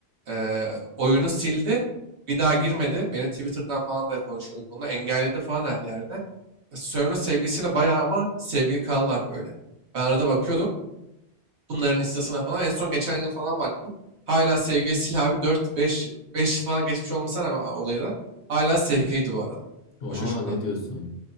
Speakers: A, on the right (about 85°); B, on the left (about 70°).
A: eee, oyunu sildi. Bir daha girmedi. Beni Twitter'dan falan da konuşuyorduk bununla. Engelledi falan her yerden. Sörn'ün sevgilisiyle bayağı ama sevgili kaldılar böyle. Ben arada bakıyordum. Bunların instasına falan. En son geçen yıl falan baktım. Hala sevgilisiyle abi dört beş beş yıl falan geçmiş olmasına rağmen olayı da. Hala sevgiliydi bu arada.
B: Oha
A: O çocukla.
B: ne diyorsun?